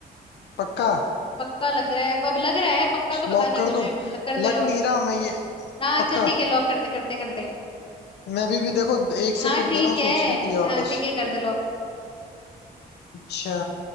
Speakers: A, on the left; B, on the left.
A: पक्का
B: पक्का लग रहा है अब लग रहा है पक्का तो पता
A: लॉक
B: नहीं
A: कर
B: मुझे
A: दूं
B: ल- कर दे
A: लग
B: लॉक
A: नहीं रहा मैं ये
B: हाँ
A: पक्का
B: चल ठीक है लॉक कर दे कर दे कर दे
A: मैं अभी भी देखो एक सेकंड
B: हाँ ठीक
A: दे रहा हूँ
B: है
A: सोचने के लिए वापस
B: हाँ ठीक है कर दे लॉक
A: अच्छा